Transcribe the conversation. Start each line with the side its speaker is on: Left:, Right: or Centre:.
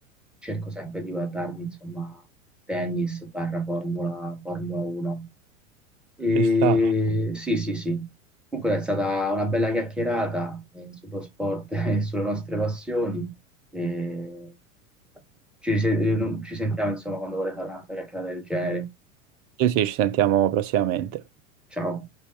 Centre: cerco sempre di guardarmi insomma tennis barra Formula, Formula 1. E
Right: ci sta.
Centre: sì, sì, sì. Comunque è stata una bella chiacchierata eh, sullo sport <laughs> e sulle nostre passioni. E ci, rise- eh, non- ci sentiamo insomma quando vorrei fare un'altra chiacchierata del genere.
Right: Sì, sì, ci sentiamo prossimamente.
Centre: Ciao.